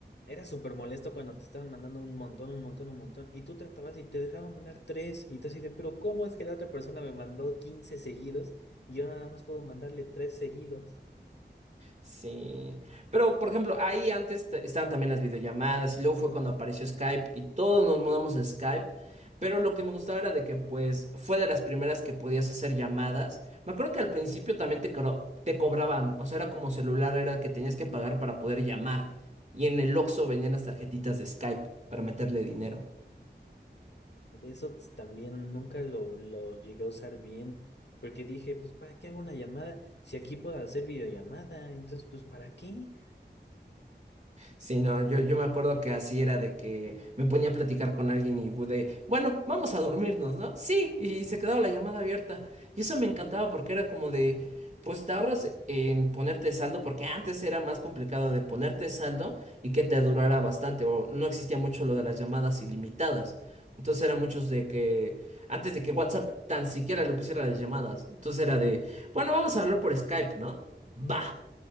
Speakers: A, on the left; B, on the right.
A: era súper molesto cuando te estaban mandando un montón, un montón, un montón. Y tú tratabas y te dejaban mandar tres. Y tú así de, pero ¿cómo es que la otra persona me mandó 15 seguidos y yo nada más puedo mandarle tres seguidos?
B: Sí, pero por ejemplo, ahí antes t- estaban también las videollamadas y luego fue cuando apareció Skype y todos nos mudamos a Skype, pero lo que me gustaba era de que pues fue de las primeras que podías hacer llamadas. Me acuerdo que al principio también te, cro- te cobraban, o sea, era como celular, era que tenías que pagar para poder llamar y en el Oxxo venían las tarjetitas de Skype para meterle dinero.
A: De eso ts- también nunca lo, lo llegué a usar bien. Porque dije, pues, ¿para qué hago una llamada? Si aquí puedo hacer videollamada, entonces, pues, ¿para qué?
B: Sí, no, yo, yo me acuerdo que así era de que me ponía a platicar con alguien y fu- de, bueno, vamos a dormirnos, ¿no? Sí, y se quedaba la llamada abierta. Y eso me encantaba porque era como de, pues te ahorras en ponerte saldo, porque antes era más complicado de ponerte saldo y que te durara bastante, o no existía mucho lo de las llamadas ilimitadas. Entonces era muchos de que, antes de que WhatsApp tan siquiera le pusiera las llamadas, entonces era de, bueno, vamos a hablar por Skype, ¿no? Va.